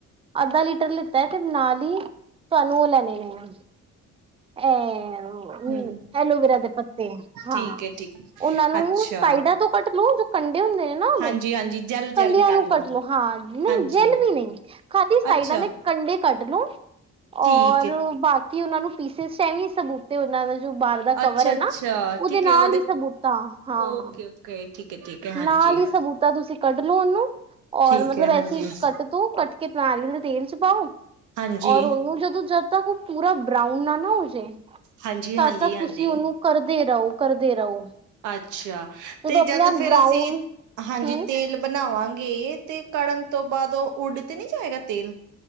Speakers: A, on the right (about 20°); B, on the right (about 80°).
A: ਅੱਧਾ ਲੀਟਰ ਲਿੱਤਾ ਹੈ ਤੇ ਨਾਲ ਹੀ ਤੁਹਾਨੂੰ ਉਹ ਲੈਣੇ ਆ। ਹੈ।
B: ਹਮ
A: ਐਲੋਵੇਰਾ ਦੇ ਪੱਤੇ ਹਾਂ
B: ਠੀਕ ਹੈ ਠੀਕ ਹੈ।
A: ਉਹਨਾਂ ਨੂੰ
B: ਅੱਛਾ
A: ਸਾਈਡਾਂ ਤੋਂ ਕੱਟ ਲੂ। ਕੰਢੇ ਹੁੰਦੇ ਨੇ ਨਾ ਉਹਦੇ
B: ਹਾਂਜੀ ਹਾਂਜੀ ਜੈਲ ਜੈਲ
A: ਕੰਢਿਆਂ
B: ਨਿਕਾਲ
A: ਨੂੰ ਕੱਟ
B: ਲੋ
A: ਲਓ ਹਾਂ ਨਹੀਂ
B: ਹਾਂਜੀ
A: ਜੇਲ ਵੀ ਨਹੀਂ ਖਾਧੀ। ਸਾਈਡਾਂ
B: ਅੱਛਾ
A: ਦੇ ਕੰਢੇ ਕੱਢ ਲਓ
B: ਠੀਕ
A: ਔਰ
B: ਹੈ
A: ਬਾਕੀ ਉਹਨਾਂ ਨੂੰ। ਪੀਸਿਸ ਚ ਐਵੇਂ ਸਬੂਤ ਉਹਨਾਂ ਦਾ। ਜੋ ਬਾਹਰ ਦਾ ਕਵਰ
B: ਅੱਛਾ
A: ਹੈ
B: ਅੱਛਾ
A: ਨਾ ਉਹਦੇ
B: ਠੀਕ
A: ਨਾਲ
B: ਹੈ
A: ਹੀ ਸਬੂਤਾਂ ਹਾਂ।
B: ਓਕੇ ਓਕੇ ਠੀਕ ਹੈ ਠੀਕ ਹੈ ਹਾਂਜੀ
A: ਨਾਲ ਹੀ ਸਬੂਤਾ ਤੁਸੀਂ ਕੱਢ ਲਓ ਉਹਨੂੰ। ਔਰ
B: ਠੀਕ
A: ਮਤਲਬ
B: ਹੈ
A: ਐਸੀ
B: ਹਾਂਜੀ
A: ਕੱਟ ਤੂੰ ਕੱਟ ਕੇ ਬਣਾ ਰਹੀ। ਤੇਲ ਚ ਪਾਓ
B: ਹਾਂਜੀ,
A: ਔਰ ਉਹਨੂੰ ਜਦੋਂ ਜਦ ਤੱਕ ਉਹ ਪੂਰਾ ਬਰਾਊਨ ਨਾ ਨਾ ਹੋ ਜੇ।
B: ਹਾਂਜੀ-ਹਾਂਜੀ-ਹਾਂਜੀ,
A: ਤਦ ਤਕ ਤੁਸੀਂ ਉਹਨੂੰ ਕਰਦੇ ਰਹੋ ਕਰਦੇ ਰਹੋ।
B: ਅੱਛਾ
A: ਜਦੋਂ
B: ਤੇ
A: ਆਪਣੇ
B: ਜਦ
A: ਆਪ
B: ਫਿਰ
A: ਬਰਾਊਨ
B: ਅਸੀਂ ਹਾਂਜੀ
A: ਹਮ
B: ਤੇਲ ਬਣਾਵਾਂ। ਕਰਾਂਗੇ ਤੇ ਕੜਨ ਤੋਂ ਬਾਅਦ ਉਹ ਉੱਡ ਤੇ ਨਹੀਂ ਜਾਏਗਾ ਤੇਲ।